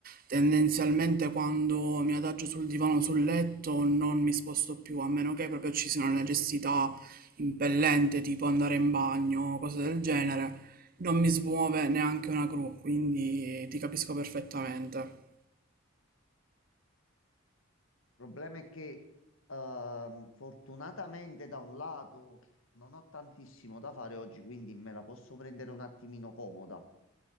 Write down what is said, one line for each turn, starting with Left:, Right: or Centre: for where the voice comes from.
Right: Tendenzialmente quando mi adagio sul divano, o sul letto, non mi sposto più, a meno che proprio ci sia una necessità impellente, tipo andare in bagno, cose del genere. Non mi smuove neanche una gru, quindi ti capisco perfettamente.
Left: Il problema è che ehm, fortunatamente da un lato non ho tantissimo da fare oggi, quindi me la posso prendere un attimino comoda,